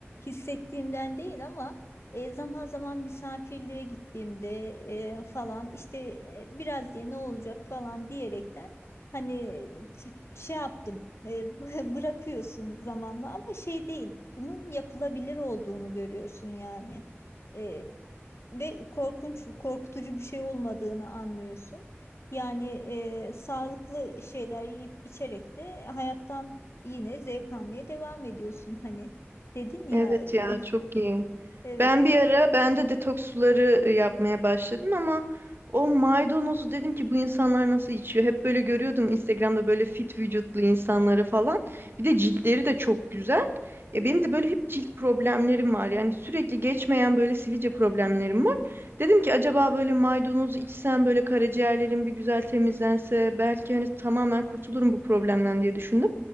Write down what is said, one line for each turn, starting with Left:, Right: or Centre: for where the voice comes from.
Left: hissettiğimden değil ama e, zaman zaman misafirliğe gittiğimde e, falan işte e, biraz diye ne olacak falan diyerekten hani ç- şey yaptım e, <laughs> bırakıyorsun zamanla ama şey değil bunun yapılabilir olduğunu görüyorsun yani E, ve korkunç korkutucu bir şey olmadığını anlıyorsun. Yani e, sağlıklı şeyler yiyip içerek de hayattan yine zevk almaya devam ediyorsun. Hani dedin ya
Right: Evet
Left: e,
Right: ya çok iyi.
Left: <laughs> evet.
Right: Ben bir ara ben de detoks suları e, yapmaya başladım ama o maydanozu dedim ki bu insanlar nasıl içiyor? Hep böyle görüyordum Instagram'da böyle fit vücutlu insanları falan. Bir de ciltleri de çok güzel. Ya benim de böyle hep cilt problemlerim var. Yani sürekli geçmeyen böyle sivilce problemlerim var. Dedim ki acaba böyle maydanozu içsem böyle karaciğerlerim bir güzel temizlense belki hani tamamen kurtulurum bu problemden diye düşündüm.